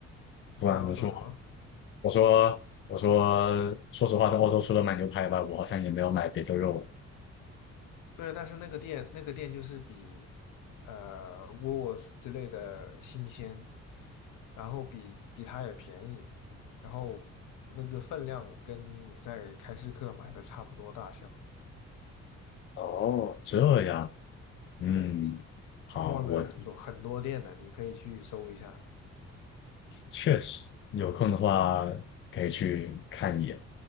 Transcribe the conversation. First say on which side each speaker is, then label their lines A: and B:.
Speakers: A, on the left (about 80°); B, on the left (about 40°).
A: 你刚刚说什么？
B: 不管怎么说我说我说，说实话，在澳洲除了买牛排外，我好像也没有买别的肉了。
A: 对，但是那个店那个店就是比呃沃斯之类的新鲜，然后比比它也便宜，然后那个分量跟你在开市客买的差不多大小。
B: 哦，这样，嗯，
A: 对，
B: 好，
A: 墨尔本很多很多店的，
B: 我
A: 你可以去搜一下。
B: 确实有空的话可以去看一眼，